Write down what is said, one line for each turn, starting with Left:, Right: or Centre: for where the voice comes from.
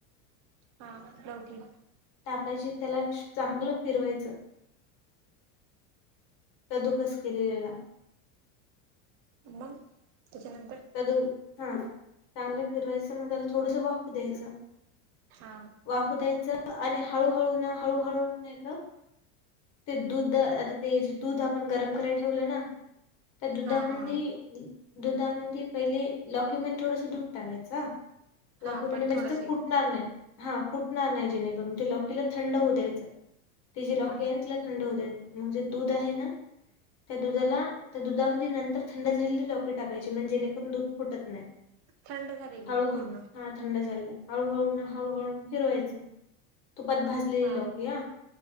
Right: हा, लौकी
Left: टाकायची. त्याला चांगलं फिरवायचं. कदुकस केलेल्याला.
Right: मंग, त्याच्यानंतर.
Left: ल हा. चांगलं फिरवायचं मग त्याला थोडस वाफ द्यायचं.
Right: हा.
Left: वाफ द्यायच. आणि हळूहळू ना, हळूहळू नाही का ते दूध, आता ते जे दूध, आपण गरम करायला ठेवलं ना. त्या दुधामंदी
Right: हा हा
Left: दुधामध्ये पहिले, लौकीमध्ये थोडस दूध टाकायच. आ <unintelligible>
Right: हा
Left: म्हणजे
Right: पण थोडस
Left: ते
Right: आहे
Left: फुटणार नाही. हा, फुटणार नाही, जेणेकरून. त लौकीला थंड होऊ द्यायच. ति जी लौकी
Right: हा
Left: केंटला थंड होऊ द्याय, म्हणजे दूध आहे ना त्या दुधाला, त्या दुधामध्ये नंतर थंड झालेली लौकी टाकायची. म्हण जेणेकरून दूध फुटत नाही.
Right: थंड झालेली
Left: हळु
Right: पूर्ण
Left: हा. थंड झाले हळूहळू ना हळूहळू फिरवायचं तुपात भाजले
Right: हा
Left: लौकी ह.